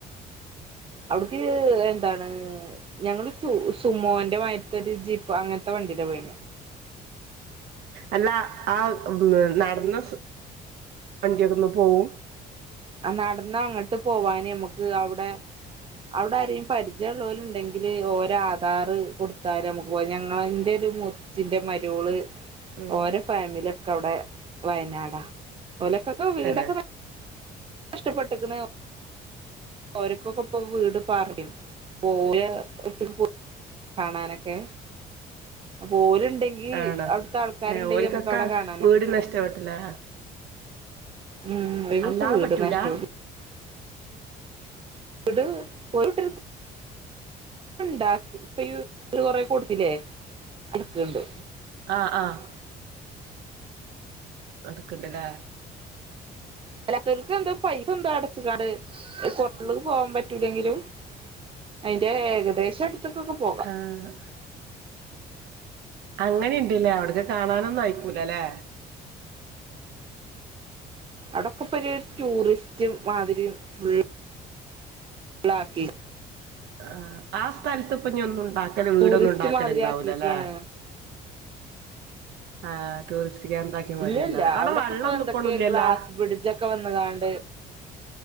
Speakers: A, on the right; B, on the right.
A: അവിടക്ക് എന്താണ് ഞങ്ങള് സുമോന്റെ മാരിത്ത ഒരു ജീപ്പ് അങ്ങനത്തെ വണ്ടീല്ല പോയിനെ
B: അല്ല ആ നടന്ന സു വണ്ടിയൊക്കെ ഒന്ന് പോവും
A: ആ നടന്ന് അങ്ങട്ട് പോവാന് നമ്മക്ക് അവ്ടെ അവുടെ ആരെയും പരിചയം ഉള്ളോല് ഉണ്ടെങ്കില് ഓരോ ആധാർ കൊടുത്താലും <unintelligible> ഞങ്ങളെൻറെ ഒരു മുത്തച്ചിന്റെ മരേള്
B: ഉം
A: ഓരോ ഫാമിലി ഒക്കെ അവിടെ വയനാടാ ഓലൊക്കൊക്കെ വീടക്കെ
B: തന്നെ
A: നഷ്ടപ്പെട്ട്ക്ക്ണ് ഓര്ക്കൊക്കെ ഇപ്പൊ വീട് പറയും പോയ <unintelligible> കാണാനൊക്കെ അപ്പൊ ഒല് ഉണ്ടെങ്കി
B: ആണോ
A: ഈ അവിടുത്തെ ആൾക്കാര്
B: ഏഹ്
A: ഇണ്ടങ്കി
B: ഓൽക്കൊക്കെ
A: നമ്മുക്ക് അവിടെ കാണാനൊക്കെ
B: വീട്ന്നെ
A: പോവാ
B: ഇഷ്ടപ്പെട്ടില്ലേ
A: ഉം അവര്ക്കെക്കെ
B: അല്ലാതെ
A: വീട്
B: പറ്റൂല
A: നഷ്ടപ്പെ വീട് ഒരു കുട്ടര്ക്ക് ഉണ്ടാക്കി ഇപ്പ ഒരു കൊറ കൊടുത്തില്ലേ ഇട്ക്ക്ണ്ട്
B: ആഹ് ആഹ് നടക്ക്ണ്ട്ല്ലേ
A: അല്ലാത്തവർക്ക് എന്താ പൈസ എന്താ അടച്ച കാണ്ട് <unintelligible> പോവാൻ പറ്റൂലെങ്കിലും അയിന്റെ ഏകദേശം അടുത്ക്കൊക്കെ പോകാ
B: ആഹ് അങ്ങനി ഇണ്ട്ല്ലേ അവ്ടക്ക് കാണാനൊന്നും അയിക്കൂലല്ലെ
A: അവിടൊക്കെപ്പൊരു ടൂറിസ്റ്റ് മാതിരിയും ഉ ള്ളാക്കി
B: ആഹ് ആ സ്ഥലത്ത് ഇപ്പഞൊന്നും ഇണ്ടാക്കല് വീടൊന്നും
A: ടൂറിസ്റ്റ്
B: ഇണ്ടാക്കലണ്ടാവൂലല്ലേ?
A: മാതിരി ആക്കിക്കാണ്
B: ആഹ് ടൂറിസ്റ്റ് കേന്ദ്രാക്കി മാറ്റിണ്ടാവ
A: ഇല്ലല്ല
B: അവിടെ
A: അവിടൊക്കെ
B: വെള്ളൊന്നും
A: ഇപ്പോ എന്തൊക്കെയ
B: ഇപ്പളും ഇല്ലല്ലോ
A: ഗ്ലാസ് ബ്രിഡ്ജൊക്കെ വന്ന്കാണ്ട്